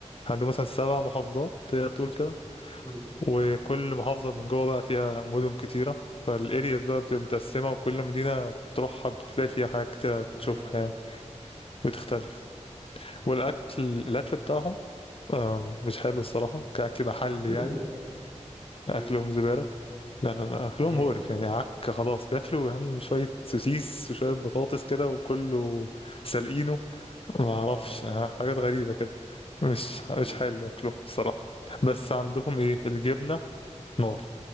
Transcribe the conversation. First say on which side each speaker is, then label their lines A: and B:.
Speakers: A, on the left (about 50°); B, on the left (about 25°).
A: عندهم مثلا سبع محافظات تقدر تقول كده
B: امم
A: وكل محافظة من جوه بقى فيها مدن كتيرة فالارياز بقى بتبقى متقسمة وكل مدينة بتروحها بتلاقي فيها حاجات كتيرة
B: ايوه
A: تشوفها
B: أيوة.
A: يعني بتختلف والأكل الأكل بتاعهم آه، مش حلو الصراحة كأكل محلي
B: <laughs>
A: يعني
B: ليه
A: أكلهم زبالة لا لا لا أكلهم
B: بياكل
A: مقرف يعني عك خلاص بياكلوا يا عم شوية سوسيس وشوية بطاطس كده وكله سالقينه ما أعرفش
B: اه والله
A: آه، حاجات غريبة كده مش
B: امم
A: مش حلو أكلهم الصراحة بس عندهم إيه الجبنة نار